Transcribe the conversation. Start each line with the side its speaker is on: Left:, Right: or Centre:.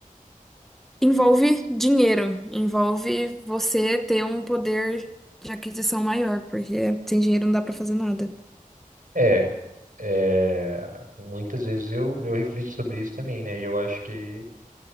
Centre: Envolve dinheiro, envolve você ter um poder de aquisição maior, porque sem dinheiro não dá pra fazer nada.
Right: É, é, muitas vezes eu, eu reflito sobre isso também, né? E eu acho que